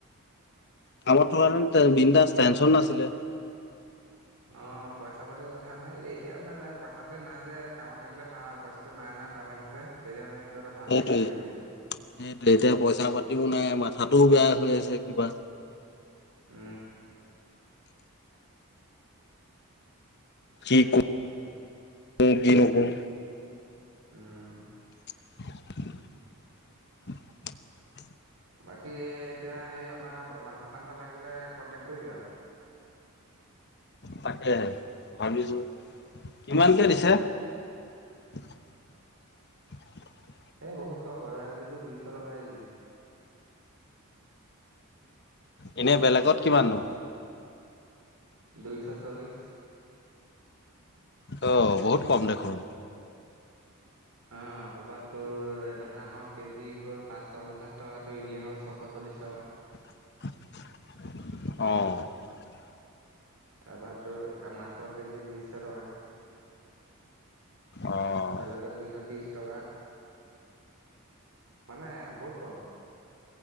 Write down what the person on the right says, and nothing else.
অ পইচা পাতিৰ কথা নাই এতিয়া মানে পইচা পাতি নাই যে কামত থাকিলে ভাল পইচাটো মাহে মাহে পাই থাকো যে তেতিয়া মানে কিবা এটা ভাল
লাগি থাকে মনটো
উ
উম
বাকী এতিয়া সেই আমাৰ মাংস চাংস লাগিলে কনটেক কৰিবি আও
এ বহুত কম বয়লাৰ কেজিটো দুইশ লগাই দিলে
দুইশ চল্লিশ
অ তাৰপৰা তোৰ এইটো হাঁহৰ কেজি হ'ল পাঁচশ পঞ্চাশ টকাটো এনেই হ'ল ছশ চল্লি বিশ টকা
তাপা তোৰ, মাছৰ কেজি দুইশ টকা।
বেলেগত দুইশ ত্ৰিশ টকা। মানে, বহুত কম।